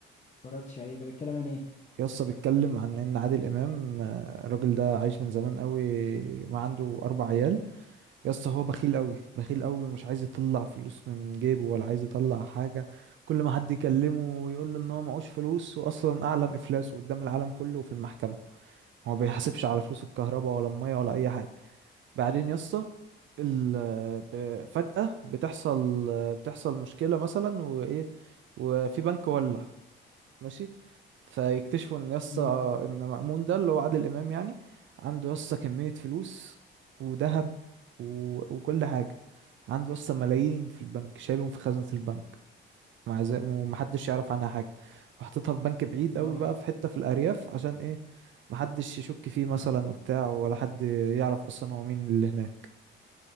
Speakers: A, on the left (about 35°); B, on the right (about 70°).
A: اتفرجتش عليه ده بيتكلم عن ايه
B: يسطا بيتكلم عن ان عادل امام آه، الراجل ده عايش من زمان قوي ما عنده اربع عيال يسطا هو بخيل قوي بخيل قوي ومش عايز يطلع فلوس من جيبه ولا عايز يطلع حاجه كل ما حد يكلمه يقول له ان هو معهوش فلوس واصلا اعلن افلاسه قدام العالم كله وفي المحكمه هو ما بيحاسبش على فلوس الكهرباء ولا الميه ولا اي حاجه بعدين يسطا ال ب- فجأة بتحصل بتحصل مشكلة مثلا وإيه وفي بنك ولع ماشي فيكتشفوا ان يسطا
A: امم
B: ان مأمون ده اللي هو عادل امام يعني عنده يسطا كمية فلوس وذهب و... وكل حاجة عنده يسطا ملايين في البنك شايلهم في خزنة البنك مع ذلك ومحدش يعرف عنها حاجة وحطيتها في بنك بعيد
A: اه
B: قوي بقى في حتة في الأرياف عشان ايه محدش يشك فيه مثلا وبتاع ولا حد يعرف اصلا هو مين اللي هناك